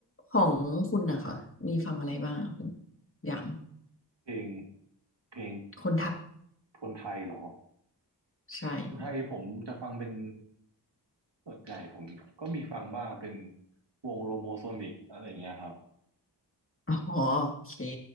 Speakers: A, on the left; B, on the right.
A: ของคุณนะคะมีฟังอะไรบ้างอะคุณอย่าง
B: เพลงเพลง
A: คนไทย
B: คนไทยเหรอ
A: ใช่
B: คนไทยผมจะฟังเป็นส่วนใหญ่ผมก็มีฟังบ้างเป็นวงโรโมโซนิกอะไรอย่างเงี้ยครับ
A: อ๋อโอเค